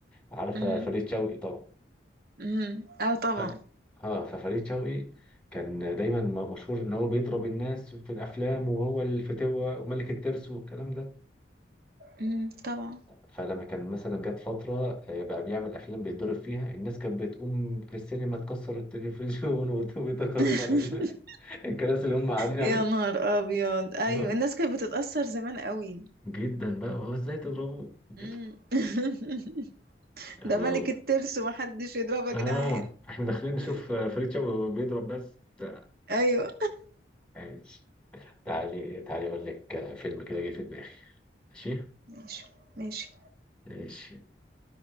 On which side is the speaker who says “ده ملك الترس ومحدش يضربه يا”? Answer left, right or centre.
Right